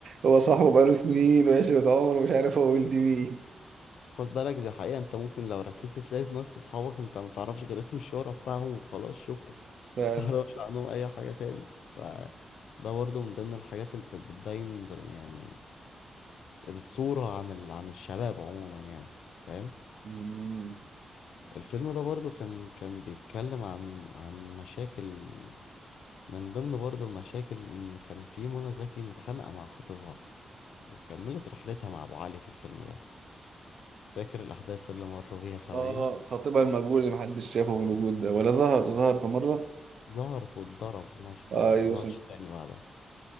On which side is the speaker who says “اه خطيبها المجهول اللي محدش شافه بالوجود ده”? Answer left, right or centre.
Right